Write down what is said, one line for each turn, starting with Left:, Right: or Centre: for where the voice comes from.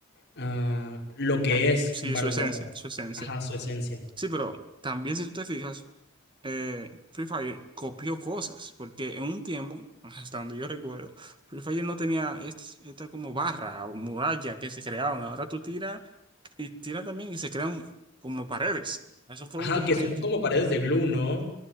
Left: ah, lo que
Right: ¿cierto?
Left: es
Right: Sí,
Left: un Battle
Right: su esencia,
Left: Royale.
Right: su esencia.
Left: Ajá, su esencia.
Right: Sí, pero también si tú te fijas, eh, Free Fire copió cosas, porque en un tiempo, hasta donde yo recuerdo, Free Fire no tenía estas- esta, como barra o muralla que se creaban. Ahora tú tiras y tiras también y se crean como paredes. Eso fue
Left: Ajá,
Right: lo último
Left: que
Right: que
Left: son
Right: yo...
Left: como paredes de glue, ¿no?